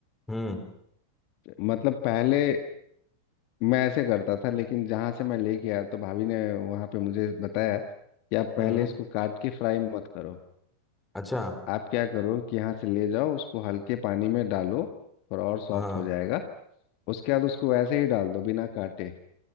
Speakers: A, in the centre; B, on the left.
A: हम्म
B: मतलब पहले मैं ऐसे करता था लेकिन जहाँ से मैं लेके आया तो भाभी ने वहाँ पे मुझे बताया कि आप
A: हम्म
B: पहले इसको काट के फ्राई मत करो
A: अच्छा
B: आप क्या करो कि यहाँ से ले जाओ उसको हल्के पानी में डालो और, और सॉफ्ट
A: हाँ
B: हो जाएगा उसके बाद उसको वैसे ही डाल दो बिना काटे